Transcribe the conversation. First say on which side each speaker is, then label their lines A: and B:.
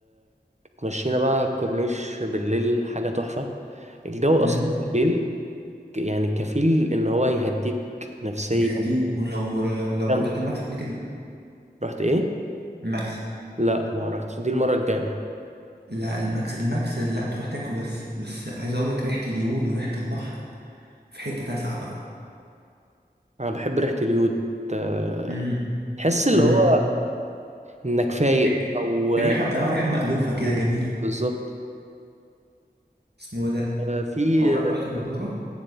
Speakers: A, on the right; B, on the right.
A: ومشينا بقى الكورنيش بالليل حاجه تحفه الجو
B: امم
A: اصلا بالليل يعني كفيل ان هو يهديك نفسيا
B: يهديك ولو لو
A: جامد.
B: رحت الماكس قبل كده
A: رحت ايه
B: الماكس
A: لا ما رحتش دي المره الجايه
B: لا الماكس الماكس لا تروح تاكل بس بس عايز اقول لك ريحه اليود وريحه البحر في حتة تاسعة بقى
A: انا بحب ريحه اليود آه،
B: امم
A: تحس اللي
B: امم
A: هو انك فايق
B: ري-
A: او
B: ريحة اه ريحة مألوفة كده جميلة
A: بالظبط
B: اسمه ده
A: آه، في
B: عمرك رحت المعمورة؟